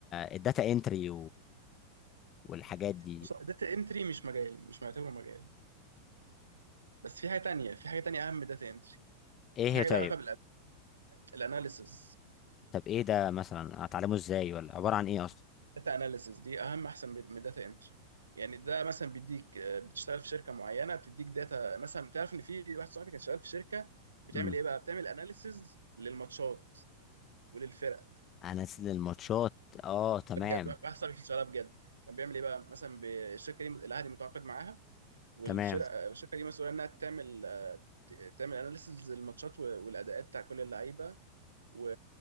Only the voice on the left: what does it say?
الداتا انتري والحاجات دي
ايه
هي
طيب
طب ايه ده مثلا اتعلمه ازاي ولا عباره عن ايه اصلا
امم
انزل الماتشات اه تمام
تمام